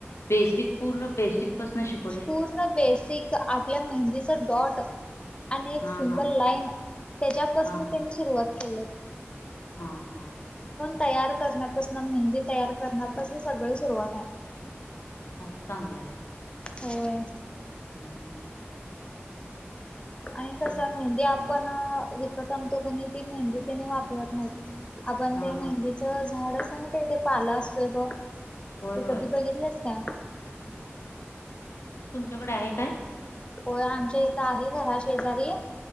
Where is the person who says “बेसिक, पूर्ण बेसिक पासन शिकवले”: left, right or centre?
Left